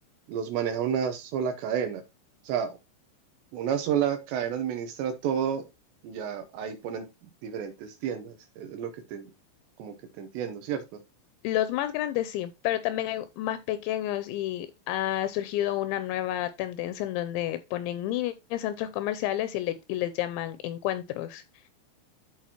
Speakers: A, on the right; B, on the left.
A: los maneja una sola cadena. O sea, Una sola cadena administra todo y ya ahí ponen diferentes tiendas. Es lo que te, como que te entiendo, ¿cierto?
B: Los más grandes sí, pero también hay más pequeños y ha surgido una nueva tendencia en donde ponen mini centros comerciales y, le- y les llaman encuentros.